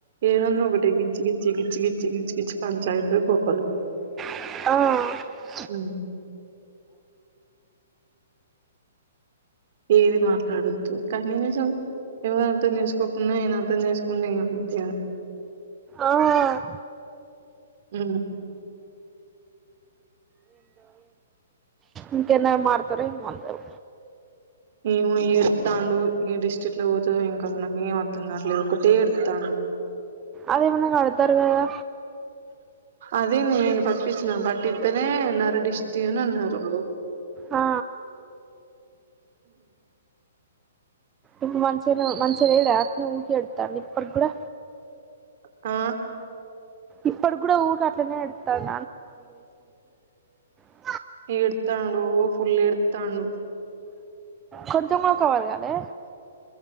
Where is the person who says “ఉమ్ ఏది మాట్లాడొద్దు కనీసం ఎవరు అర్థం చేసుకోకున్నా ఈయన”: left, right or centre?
Right